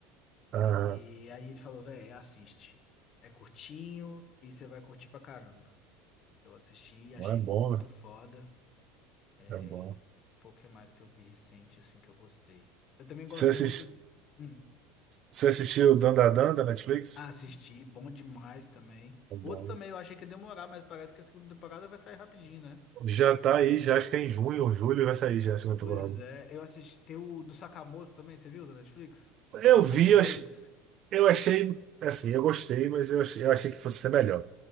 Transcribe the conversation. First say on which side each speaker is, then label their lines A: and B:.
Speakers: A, on the right; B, on the left.
A: Ah,
B: E aí ele falou, velho, assiste. É curtinho e você vai curtir pra caramba. Eu assisti, e achei
A: é bom,
B: muito
A: velho.
B: foda. É,
A: É bom.
B: pouco mais que eu vi recente, assim, que eu gostei. Eu também
A: Você
B: gosto
A: assis-
B: muito. hum.
A: você assistiu Dandadan da Netflix?
B: Ah, assisti, bom demais também.
A: É bom.
B: Outro também eu achei que ia demorar, mas parece que a segunda temporada vai sair rapidinho, né?
A: Já tá aí, já acho que é em junho ou julho vai sair já a segunda
B: Pois
A: temporada.
B: é, eu assisti. Tem o do Sakamoto também, você viu da Netflix? Sakamoto
A: Eu vi, eu
B: Days?
A: ach- eu achei, assim, eu gostei, mas eu achei, eu achei que fosse ser melhor.